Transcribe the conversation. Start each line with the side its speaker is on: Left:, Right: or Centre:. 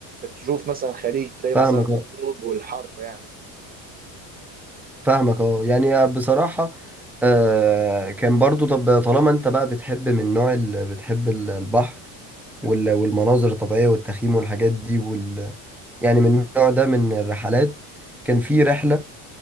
Right: تشوف مثلا خليج تلاقي
Centre: فاهمك
Right: مثلا
Centre: اه
Right: الغروب والحر يعني
Centre: فاهمك اه يعني بصراحه آه كان برضو طب طالما انت بقى بتحب من النوع اللي بتحب ال- البحر وال- والمناظر الطبيعية والتخييم والحاجات دي وال... يعني من النوع ده من الرحلات كان في رحلة